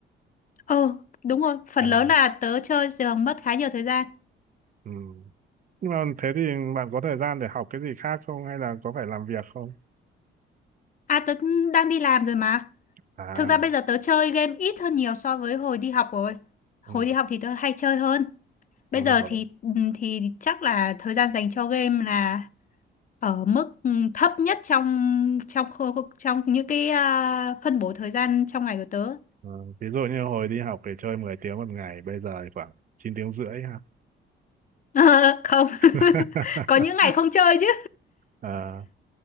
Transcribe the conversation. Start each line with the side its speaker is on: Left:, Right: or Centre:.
Left: ờ đúng rồi phần
Right: à,
Left: lớn là tớ chơi thường mất khá nhiều thời gian
Right: ừ. nhưng mà thế thì bạn có thời gian để học cái gì khác không hay là có phải làm việc không
Left: à tớ cũng đang đi làm rồi mà
Right: à
Left: thực ra bây giờ tớ chơi game ít hơn nhiều so với hồi đi học rồi hồi
Right: ừ.
Left: đi học thì tớ hay chơi hơn bây
Right: Thôi
Left: giờ
Right: được rồi.
Left: thì ừ, thì chắc là thời gian dành cho game là ở mức ừ, thấp nhất trong trong khu- trong những cái ờ, phân bổ thời gian trong ngày của tớ
Right: Ờ, ví dụ như hồi đi học thì chơi 10 tiếng một ngày bây giờ thì khoảng 9 tiếng rưỡi ha
Left: Ờ, không
Right: <laughs>
Left: <laughs> có những ngày không chơi chứ
Right: à,